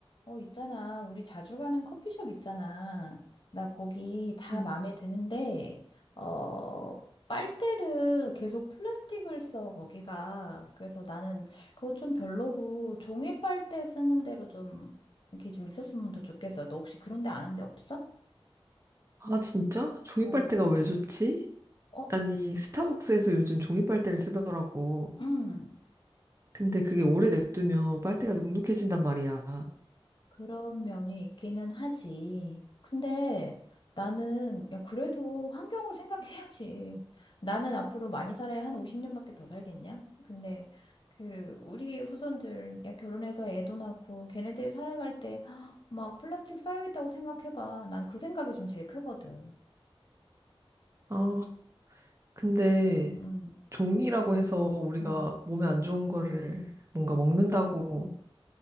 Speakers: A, on the left (about 55°); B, on the right (about 30°).
A: 어, 있잖아. 우리 자주 가는 커피숍 있잖아. 나 거기 다
B: 음.
A: 마음에 드는데, 어, 빨대를 계속 플라스틱을 써, 거기가. 그래서 나는 그거 좀 별로고, 종이 빨대 쓰는 대로 좀, 이렇게 좀 있었으면 더 좋겠어. 너 혹시 그런 데 아는 데 없어?
B: 아, 진짜? 종이
A: 어,
B: 빨대가 왜 좋지?
A: 어,
B: 아니, 스타벅스에서 요즘 종이 빨대를 쓰더라고.
A: 응.
B: 근데 그게 오래 냅두면 빨대가 눅눅해진단 말이야.
A: 그런 면이 있기는 하지. 근데 나는, 야, 그래도 환경을 생각해야지. 나는 앞으로 많이 살아야 한 50년밖에 더 살겠냐? 근데 그, 우리 후손들, 야, 결혼해서 애도 낳고 걔네들이 살아갈 때 막 플라스틱 쌓여있다고 생각해봐. 난 그 생각이 좀 제일 크거든.
B: 아, 근데
A: 음,
B: 종이라고 해서 우리가
A: 음,
B: 몸에 안 좋은 거를 뭔가 먹는다고,